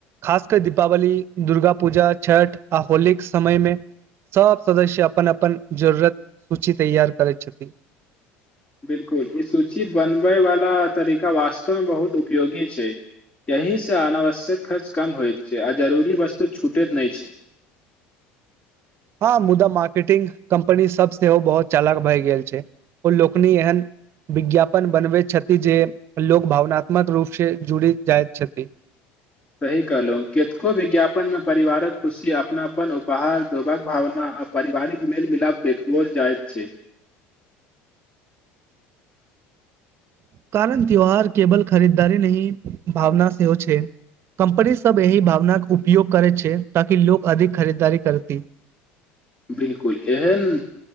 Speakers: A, on the right; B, on the left.
A: खास कर दीपावली दुर्गा पूजा छठ आ होलीक समय मे सब सदस्य अपन अपन जरूरत सूची तैयार करे छथिन
B: बिल्कुल ई सूची बनबय वाला तरीका वास्तवमे बहुत उपयोगी छै एहिसँ अनावश्यक खर्च कम होइत छै आ जरूरी वस्तु छूटैत नहि छै
A: हँ मुदा मार्केटिंग कम्पनी सब सेहो बहोत चालाक भए गेल छै ओ लोकनि एहन विज्ञापन बनबैत छथि जे लोग भावनात्मक रूप से जुड़ी जाइत छथि
B: सही कहलहुँ केतको विज्ञापनमे परिवारक खुशी अपनाप उपहार देबाक भावना पारिवारिक मेल मिलाप देखबोल जाइत छै
A: कारण त्यौहार केबल खरीदारी नही भावना सेहो छै कम्पनी सब एहि भावनाक उपयोग करै छै ताकि लोग अधिक खरीदारी करती
B: बिल्कुल एहन